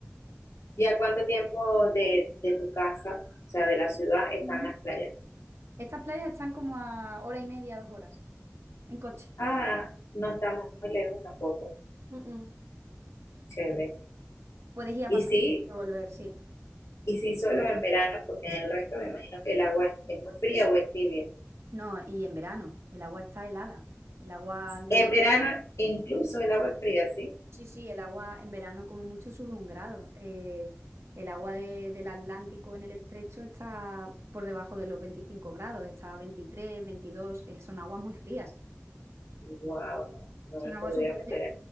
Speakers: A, on the left; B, on the right.
A: ¿y a cuánto tiempo de, de tu casa, o sea, de la ciudad, están
B: Ujú.
A: las playas?
B: Estas playas están como a hora y media, dos horas, en coche.
A: Ah, no estamos muy lejos tampoco.
B: Mm,
A: Chévere.
B: Puedes ir a
A: Y
B: pasar
A: sí,
B: y a volver, sí.
A: y sí solo en verano, porque en el resto me imagino que el agua es, es muy fría o es tibia.
B: No, y en verano, el agua está helada. El agua de...
A: En verano incluso el agua es fría, ¿sí?
B: Sí, sí, el agua en verano como mucho sube un grado. Eh, el agua de- del Atlántico en el estrecho está por debajo de los 25 grados, está a 23, 22, eh, son aguas muy frías.
A: Wow, no, no
B: Son
A: me podría
B: aguas súper
A: meter
B: frías.